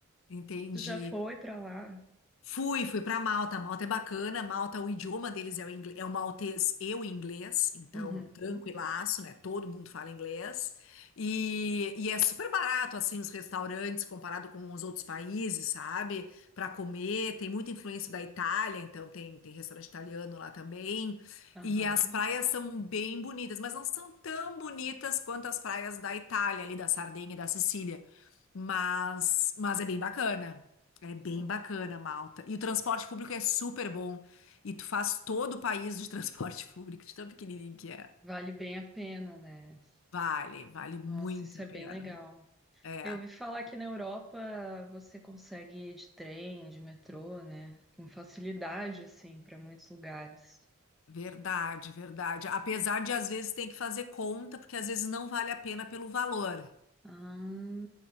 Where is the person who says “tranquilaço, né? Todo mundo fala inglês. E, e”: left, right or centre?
Left